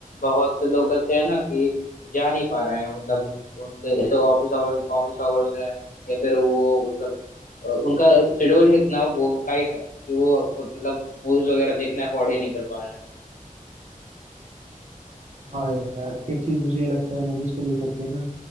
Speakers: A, on the left; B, on the right.
A: बहुत से लोग ऐसे हैं ना कि जा नहीं पा रहे हैं मतलब उनके तो ऑफिस आवर्स ऑफिस आवर्स है या फिर वो मतलब अ, उनका शेड्यूल ही इतना वो टाइट है कि वो अप- मतलब मूवीज वगैरह देखना अफोर्ड ही नहीं कर पा रहे हैं
B: हाँ यार एक चीज मुझे ये लगता है मूवीज को लेकर के ना